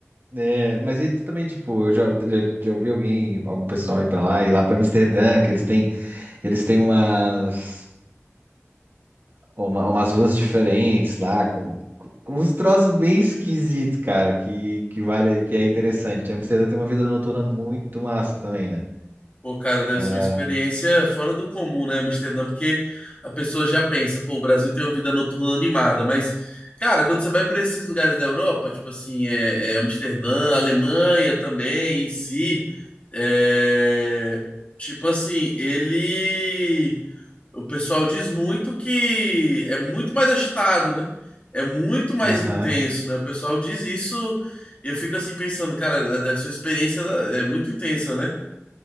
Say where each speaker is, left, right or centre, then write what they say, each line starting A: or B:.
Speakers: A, on the right; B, on the left.
A: É, mas aí também, tipo, eu já, já, já ouvi alguém, algum pessoal ir pra lá, ir lá pra Amsterdã, que eles têm, eles têm umas, uma- umas ruas diferentes lá, com, com com uns troços bem esquisitos, cara, que, que vale, que é interessante. Amsterdã tem uma vida noturna muito massa também, né?
B: Pô, cara, deve
A: Ah,
B: ser uma experiência fora do comum, né, Amsterdã? Porque a pessoa já pensa, pô, o Brasil tem uma vida noturna animada, mas, cara, quando você vai para esses lugares da Europa, tipo assim, é, é Amsterdã, Alemanha também, em si, é, tipo assim, ele, o pessoal diz muito que é muito mais agitado, né? É muito mais
A: Aham.
B: intenso, né? O pessoal diz isso e eu fico assim pensando, cara, deve ser uma experiência é muito intensa, né?